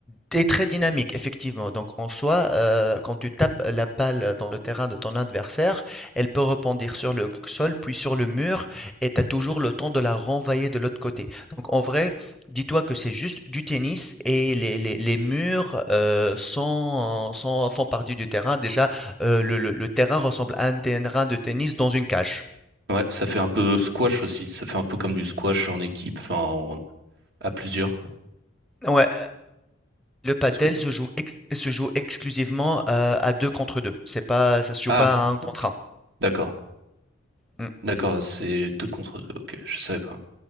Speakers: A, in the centre; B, on the right (about 55°).
A: Tu très dynamique, effectivement. Donc, en soi, euh, quand tu tapes la balle dans le terrain de ton adversaire, elle peut rebondir sur le sol, puis sur le mur, et tu as toujours le temps de la renvoyer de l'autre côté. Donc, en vrai, dis-toi que c'est juste du tennis et les, les- les murs euh, sont, sont- font partie du terrain. Déjà, euh, le, le- le terrain ressemble à un terrain de tennis dans une cage.
B: Ouais, ça fait un peu squash aussi. Ça fait un peu comme du squash en équipe, enfin en- à plusieurs. quoi.
A: Ouais, le padel
B: Let's go.
A: se joue, ex- se joue exclusivement euh, à deux contre deux. C'est pas, ça se joue
B: Ah,
A: pas à un
B: ok.
A: contre
B: D'accord.
A: un.
B: D'accord, c'est deux contre deux. Ok, je savais pas.